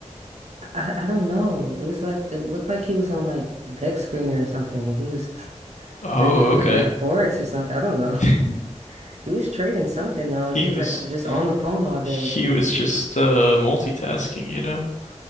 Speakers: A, on the right; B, on the left.
A: I, I don't know. It was like it looked like he was on like deck screener or something. Like he was <laughs>
B: Oh,
A: like he was
B: okay.
A: like Forex or something. I don't know. <laughs>
B: <laughs>
A: He was trading something though,
B: He
A: and he was
B: was
A: like just on the phone all day
B: he was just uh multitasking, you know? <laughs>